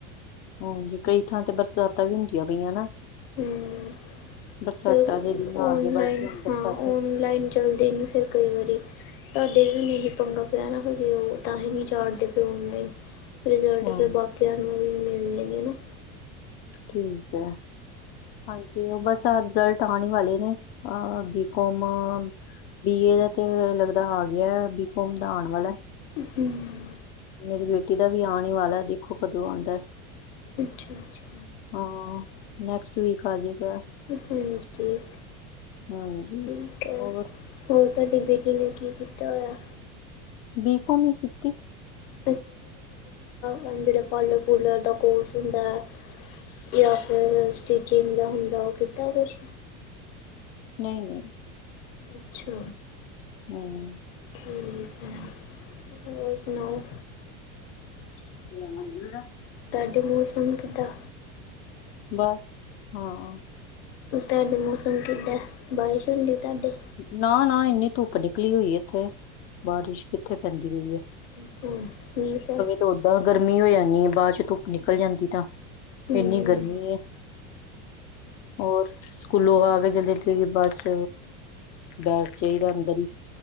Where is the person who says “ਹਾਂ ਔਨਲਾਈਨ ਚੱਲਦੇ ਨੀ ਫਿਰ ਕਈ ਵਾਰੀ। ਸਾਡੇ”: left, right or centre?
Left